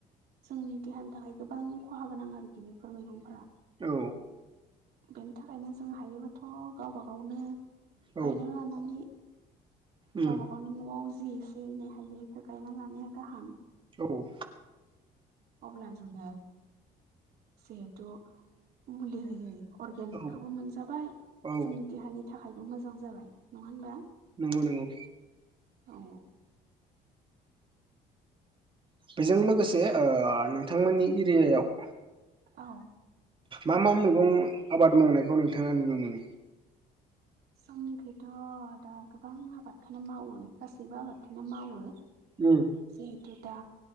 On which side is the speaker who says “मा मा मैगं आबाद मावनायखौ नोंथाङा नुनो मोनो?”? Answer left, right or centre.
Right